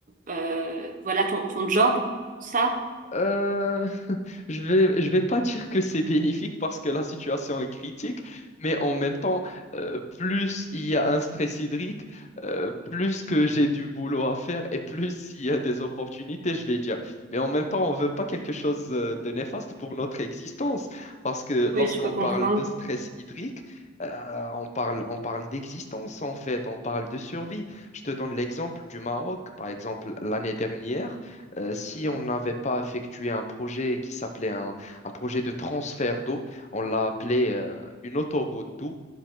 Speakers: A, on the right; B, on the left.
A: euh, voilà, ton, ton job, ça?
B: euh, Je vais, je vais pas dire que c'est bénéfique parce que la situation est critique, mais en même temps, euh, plus il y a un stress hydrique, euh, plus que j'ai du boulot à faire et plus il y a des opportunités, je vais dire. Mais en même temps, on veut pas quelque chose euh, de néfaste pour notre existence parce que
A: Oui,
B: lorsqu'on
A: je peux comprendre.
B: parle de stress hydrique, euh, on parle, on parle d'existence en fait, on parle de survie. Je te donne l'exemple du Maroc, par exemple, l'année dernière. Euh, si on n'avait pas effectué un projet qui s'appelait un, un projet de transfert d'eau, on l'a appelé euh, une autoroute d'eau.